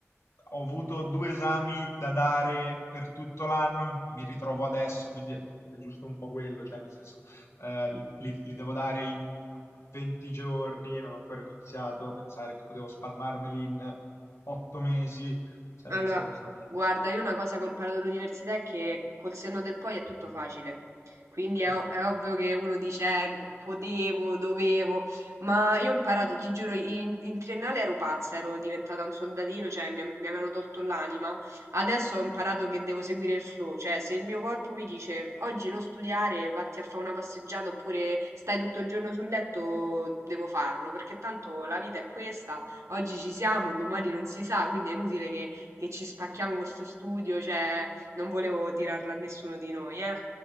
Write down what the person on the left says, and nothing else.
ho avuto due esami da dare per tutto l'anno, mi ritrovo adesso, quindi è è giusto un po' quello, cioè, nel senso, eh, li, li devo dare in 20 giorni, non ho ancora iniziato, pensare che potevo spalmarmeli in 8 mesi sarebbe
stato un po' meglio,
però,
vabbè.